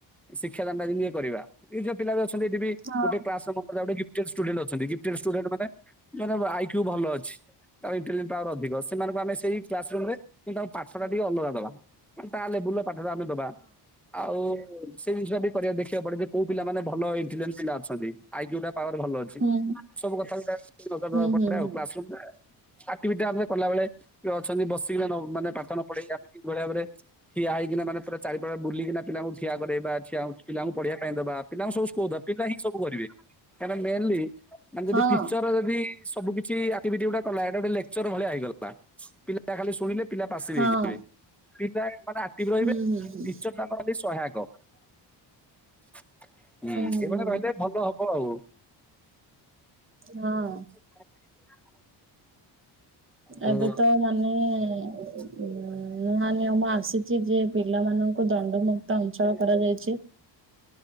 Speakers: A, in the centre; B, on the right.
A: ଶିକ୍ଷା ଦାନ ଟା ଇଏ କରିବା, ଏଇ ଯୋଉ ପିଲା ବି ଅଛନ୍ତି ଏଠି ବି
B: ହଁ
A: ଗୋଟେ କ୍ଲାସ୍ ରେ ମୋ ପାଖରେ ଗୋଟେ ଗିଫ୍ଟେଡ୍ ଷ୍ଟୁଡେଣ୍ଟ୍ ଅଛନ୍ତି, ଗିଫ୍ଟେଡ ଷ୍ଟୁଡେଣ୍ଟ୍ ମାନେ ମାନେ ଆଇକ୍ୟୁ ଭଲ ଅଛି? <unintelligible> ପାୱାର୍ ଅଧିକ, ସେମାନଙ୍କୁ ଆମେ ସେଇ କ୍ଲାସୂ ରୁମ୍ ରେ ତାଙ୍କ ପାଠ ଟା ଟିକେ ଅଲଗା ଦବା ମାନେ ତା ଲେବୁଲ୍ ର ପାଠଟା ଆମେ ଦବା। ଆଉ ସେଇ ଜିନିଷଟି କରିବା ଦେଖିବାକୁ ପଡେ ଯେ କୋଉ ପିଲାମାନେ ଭଲ ଇଣ୍ଟେଲିଜେଣ୍ଟ ପିଲା ଅଛନ୍ତି ଆଇକ୍ୟୁ ଟା ପାୱାର୍ ଭଲ ଅ ଛି,
B: ହଁ ହୁଁ
A: ସବୁ କଥାକୁ <unintelligible>
B: ହୁଁ
A: ପଡେ
B: ହୁଁ
A: ଆଉ
B: ହୁଁ
A: କ୍ଲାସ୍ ରୁମ୍ ଟା ଆକ୍ଟିଭିଟି ଟା ଆମେ କଲାବେଳେ କିଏ ଅଛନ୍ତି ବସିକିନା ନ ମାନେ ପାଠ ନ ପଢେଇକି <unintelligible> କି ଭଳି ଭାବରେ ଠିଆ ହେଇକିନା ମାନେ ପୁରା ଚାରିପଟେ ବୁଲିକିନା ପିଲାଙ୍କୁ ଠିଆ କରେଇବା, ଛିଆ ପିଲାଙ୍କୁ ପଢ଼ିବା ପାଇଁ ଦେବା। ପିଲାଙ୍କୁ ସବୁ ସ୍କୋପ୍ ଦବା, ପିଲା ହିଁ ସବୁ କରିବେ, କାହିଁକି ନା ମେନଲି ମାନେ ଯଦି
B: ହଁ
A: ଟିଚର୍ ଯଦି ସବୁ କିଛି ଆକ୍ଟିଭିଟି ଗୁଡା କଲା ଏଇଟା ଗୋଟେ ଲେକ୍ଚର୍ ଭଳିଆ ହେଇଗଲା, ପିଲା ଖାଲି ଶୁଣିଲେ ପିଲା ପାସ୍ ବି
B: ହଁ
A: ହେଇଯିବେ। ପିଲା ମାନେ ଆକ୍ଟିଭି ରହିବେ
B: ହୁଁ ହୁଁ ହୁଁ
A: ଟିଚର୍ ତାଙ୍କ ଖାଲି ସହାୟକ। ହୁଁ, ଏଇ
B: ହୁଁ
A: ଭଳିଆ
B: ହୁଁ
A: ରହିଲେ ଭଲ ହବ ଆଉ।
B: ହଁ।
A: <inaudible> ଆଉ
B: ଏବେ ତ ମାନେ
A: <unintelligible>
B: ଉ ନୂଆ ନିୟମ ଆସିଛି ଯେ ପିଲାମାନଙ୍କୁ ଦଣ୍ଡମୁକ୍ତ ଅଞ୍ଚଳ କରାଯାଇଛି।